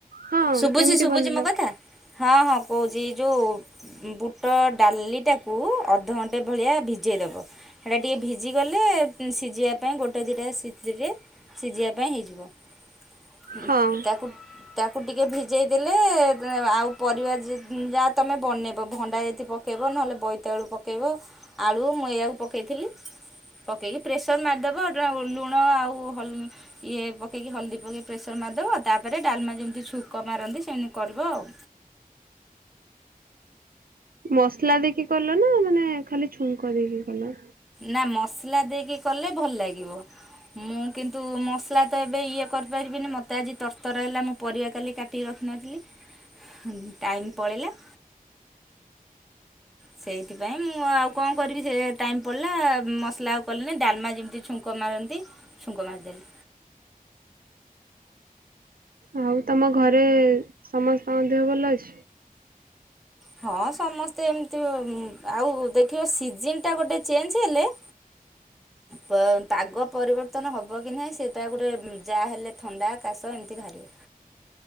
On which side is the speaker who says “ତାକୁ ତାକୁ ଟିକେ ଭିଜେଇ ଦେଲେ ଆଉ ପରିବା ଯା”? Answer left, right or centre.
Centre